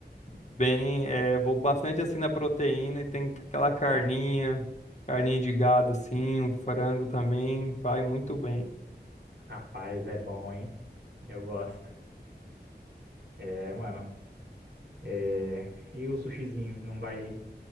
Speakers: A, on the left; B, on the right.
A: Bem, é, vou bastante assim na proteína e tem aquela carninha, carninha de gado assim, um frango também, vai muito bem.
B: rapaz, é bom, hein? Eu gosto. É, mano. É, E o sushizinho, não vai,